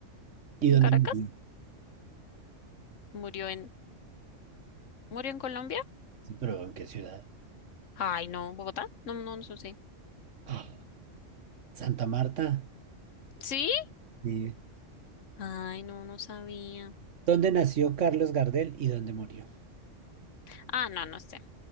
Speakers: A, on the right (about 70°); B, on the left (about 75°).
A: ¿Y
B: ¿En
A: dónde
B: Caracas?
A: murió?
B: ¿Murió en, murió en Colombia?
A: Sí, pero ¿en qué ciudad?
B: Ay, no, Bogotá. No, no, no sé.
A: Ah, Santa Marta.
B: ¿Sí?
A: Sí.
B: Ay, no, no sabía.
A: ¿Dónde nació Carlos Gardel y dónde murió?
B: Ah, no, no sé.